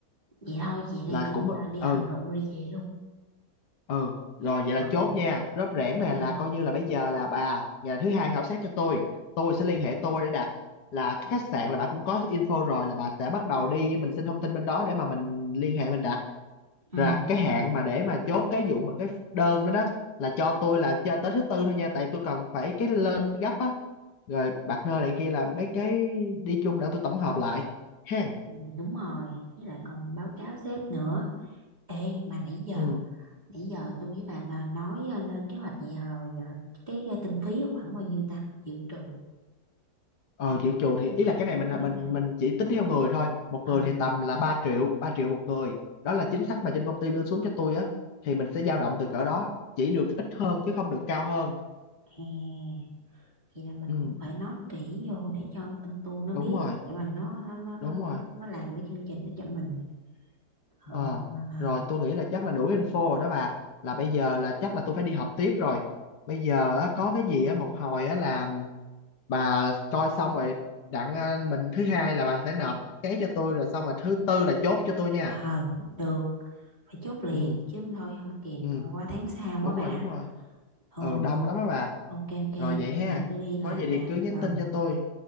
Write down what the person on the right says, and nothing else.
vậy thôi về đây
tự nhiên
là đi
hầm rượu rồi đi về luôn
Ờ,
ok
ừ,
ừ,
ừ, đúng rồi với lại còn báo cáo sếp nữa ê mà nãy giờ
nãy giờ tôi với bà là nói ờ, lên kế hoạch vậy à, rồi giờ cái, cái kinh phí khoảng bao nhiêu ta dự trù
dự
trù
kinh
phí
còn
cái gì
ta
ờ
hè vậy là mình
cũng phải nói kỹ vô để cho tâm tu nó
biết
để mà nó nó nó nó
nó nó làm cái chương trình nó cho mình ờ
mà-
ờ được phải chốt liền
chứ không thôi không kịp
qua tháng sau
quá bà
ừ
ok ok vậy
bây giờ tôi đi làm
nè
ừ